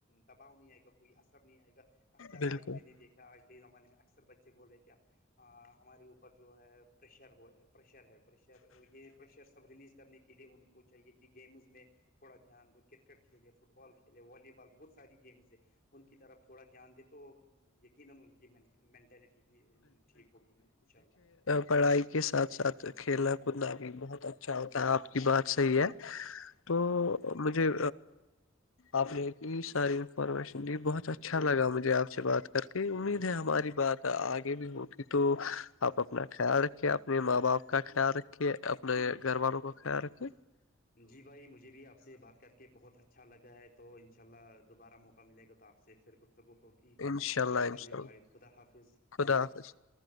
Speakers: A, on the left; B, on the left.
A: دباؤ نہیں آئے گا کوئی اثر نہیں آئے گا اکثر
B: بالکل
A: آج میں نے دیکھا آج کے ہی زمانے میں اکثر بچے بول رہے کیا ہ ہمارے اوپر جو ہے پریشر ہو پریشر ہے پشر یہ پریشر سب ریلیز کرنے کے لیے ان کو چاہیے کہ گیمز میں تھوڑا دھیان دو کرکٹ کھیلے فٹ بال کھیلے والی بال بہت ساری گیمز ہے ان کی طرف تھوڑا دھیان دیتے تو یقینن انکی منٹالیٹی بھی ٹھیک ہوگی انشاءاللہ
B: پڑائی کے ساتھ ساتھ کھیلنا کودنا بھی بہت اچھا ہوتا ہے آپ کی بات صحیح ہے تو مجھے آپ نے اتنی ساری انفارمیشن دی بہت اچھا لگا مجھے آپ سے بات کر کے امید ہے ہماری بات آگے بھی ہوگ تو آپ اپنا خیال رکھے اپنے ماں باپ کا خیال رکھے <unintelligible> کہ اپنے گھر والوں کا خیال رکھے
A: جی بھائی مجھے بھی آپ سے بات کر کے بہت اچھا اچھا لگا ہے تو ان شاء اللہ دوبارا موقع ملے گا تو آپسے پھر گپت تو وہ ہوگی
B: انشاء اللہ
A: چلیے
B: انشاء اللہ
A: بھائی خدا حافظ تھینک
B: خدا حافظ
A: یو